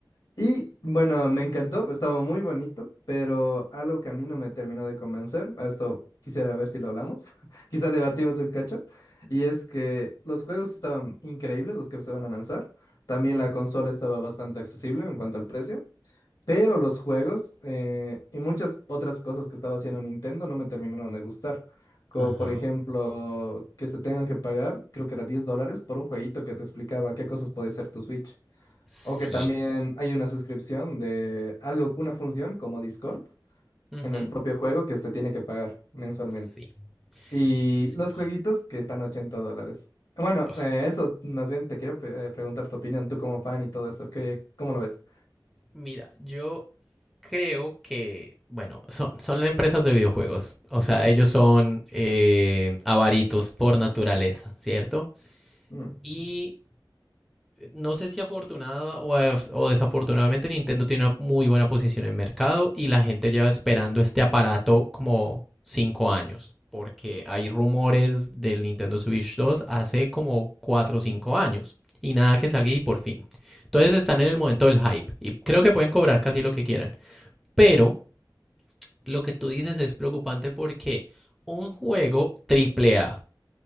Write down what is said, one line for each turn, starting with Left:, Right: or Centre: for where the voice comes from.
Left: Y bueno, me encantó, estaba muy bonito, pero algo que a mí no me terminó de convencer, a esto quisiera ver si lo hablamos, <laughs> quizá debatimos un cacho, y es que los juegos estaban increíbles, los que se van a lanzar, también la consola estaba bastante accesible en cuanto al precio, pero los juegos eh, y muchas otras cosas que estaba haciendo Nintendo no me terminaron de gustar, como
Centre: Ajá.
Left: por ejemplo que se tengan que pagar, creo que era 10 dólares por un jueguito que te explicaba qué cosas podía hacer tu Switch.
Centre: sí,
Left: O que también hay una suscripción de algo, una función como Discord
Centre: Ujú.
Left: en el propio juego que se tiene que pagar mensualmente.
Centre: sí,
Left: Y
Centre: sí.
Left: los jueguitos que están a 80 dólares. Bueno,
Centre: Ugh,
Left: eh, eso más bien te quiero pe- eh, preguntar tu opinión, tú como fan y todo eso, ¿qué, cómo lo ves?
Centre: Mira, yo creo que, bueno, son, son empresas de videojuegos. O sea, ellos son eh, avaritos por naturaleza, ¿cierto?
Left: Mm.
Centre: Y no sé si afortunada o, o desafortunadamente Nintendo tiene una muy buena posición en mercado y la gente lleva esperando este aparato como cinco años, porque hay rumores del Nintendo Switch 2 hace como cuatro o cinco años y nada que salga y por fin. Entonces están en el momento del hype y creo que pueden cobrar casi lo que quieran, pero lo que tú dices es preocupante porque un juego triple A